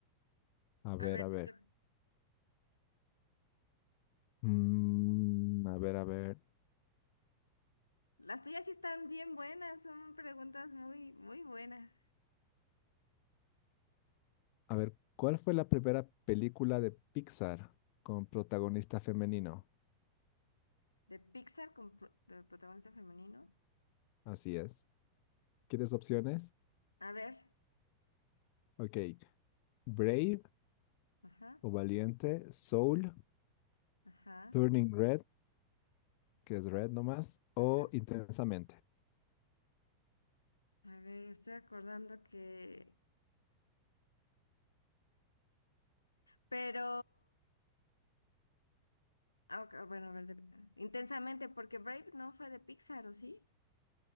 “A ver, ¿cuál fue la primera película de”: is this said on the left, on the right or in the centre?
Left